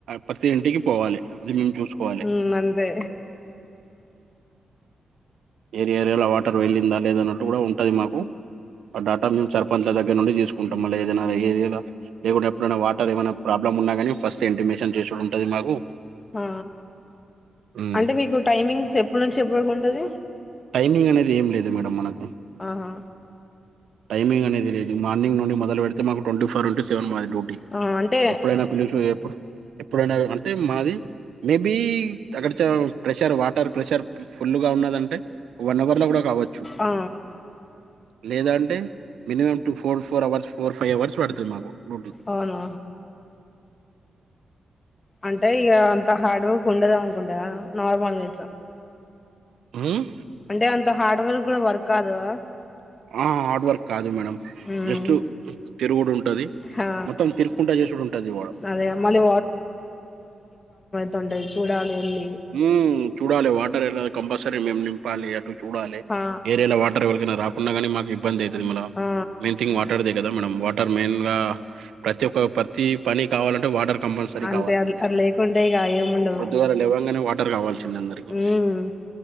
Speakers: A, on the right; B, on the left.
A: ప్రతి ఇంటికి కోవాలి అది మేను చూసుకోవాలి
B: ఉమ్ అంతే
A: ఏరి ఏరియాలో వాటర్ వెలి ఉందా లేదన్నట్టు కూడా ఉంటుంది. మాకు ఆ డాటా మేము సర్పంచ్ల దగ్గర నుండి తీసుకుంటాం. మళ్ళీ ఏదైనా ఏయా లేకుడా ఎప్పుడైనా వాటర్ ఏమైనా ప్రాబ్లమ్ ఉన్నాగానీ ఫస్ట్ ఎంటిమేషన్ చేసి ఉంటుంది మాకు.
B: హ
A: ఉమ్,
B: అంటే మీకు టైమింగ్స్ ఎప్పటి నుంచి ఎప్పటికు ఉంటుంది.
A: టైమింగ్ అనేది ఏం లేదు మేడమ్ మనకు
B: ఆహా
A: టైమింగ్ అన్నేది లేదు. మార్నింగ్ నుండి మొద పెడితే మాకు ట్వీ ఫోర్ ఇంట సెన్ మది డ్యూటీ
B: ఆ అంటే
A: ఎప్పుడ ఏన పిలి చ ఏప్పుడు ఎప్పుడుయినా అ మాది మేబి అక్కడ చ ప్రెషర్ వాటర్ ప్రెషర్ ఫుల్ గా ఉన్న దంటే వన్ అవర్ లో కూడా కావచ్చు
B: ఆ
A: లేదా అంటే మినిమమ్ టు ఫో ఫోర్ అవర్స్ ఫోర్ అవర్స్ డుతు మాకు రూటి
B: అవును అంటే ఇక అంత హార్డ్ వర్క్ ఉండదు. అనుకుంటే కదా నార్మల్ గట్లా
A: ఉమ్,
B: అంటే అంత హార్డ్ వర్క్ కూడా వర్క్ కాదా
A: ఆ హార్డ్ వర్క్ కాదు మేడం
B: ఉమ్
A: జస్ట్ తిరుగుడుంటది.
B: ఆ
A: మొత్తం తిరుక్కుంటా చేసిడుంటది వాడ
B: అదే మళ్ళీ తొంటది చూడాల్లేల్లి
A: హుమ్ చూడాలి వాటర్ ఎలా కంపల్సరీ ఏమేమ్ నింపాలి అటు చూడాలి
B: ఆ
A: ఏరేలా వాట్ టర్ ఎవల్లకైనా రాకున్నా గాని మాకు ఇబ్బంది తది మళ్లా
B: ఆ
A: మెయిన్ థింగ్ వాటర్ ది అయి త్ కదా మేడమ్ వాటర్ మెయిన్ గా ప్రతి ఒక ప్రతి పని కావాలంటే వాటర్ కంపల్సరీ
B: అంతే
A: కావాల్సిందే
B: అంతలేకుంటే ఇగ ఏముండదు.
A: పొద్దుగాల లేవగానే వాటర్ కావాలిస్ సిందే అందరికి
B: ఉమ్